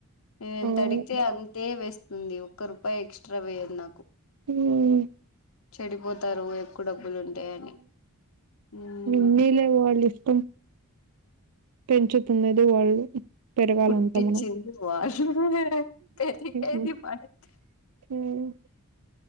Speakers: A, on the left; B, on the right.
A: నేనెంతడిగితే
B: అవును
A: అంతే వేస్తుంది ఒక్క రూపాయి ఎక్స్ట్రా వేయదు నాకు
B: మ్
A: చెడిపోతారు ఎక్కువ డబ్బులు ఉంటా అని మ్
B: ఉన్నీలే వాళ్ళ ఇష్టం పెంచుతున్నది వాళ్ళు పెరగాలంతె
A: పుట్టించింది
B: మనం
A: వాళ్ళు పెరిగేది
B: మ్
A: మనకి